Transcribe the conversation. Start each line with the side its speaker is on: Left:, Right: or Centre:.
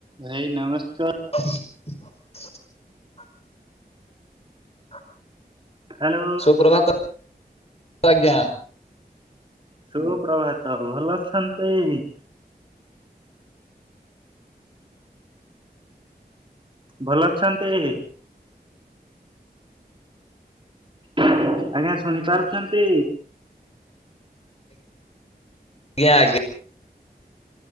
Right: ଭାଇ ନମସ୍କା
Left: ଆ <unintelligible>
Right: ହ୍ୟାଲୋ
Left: ସୁପ୍ରଭାତ ଆଜ୍ଞା।
Right: ସୁପ୍ରଭାତ ଭଲ ଅଛନ୍ତି। ଭଲ ଅଛନ୍ତି। ଆଜ୍ଞା ଶୁଣି ପାରୁଛନ୍ତି।
Left: ଜ୍ଞା ଆଜ୍ଞ୍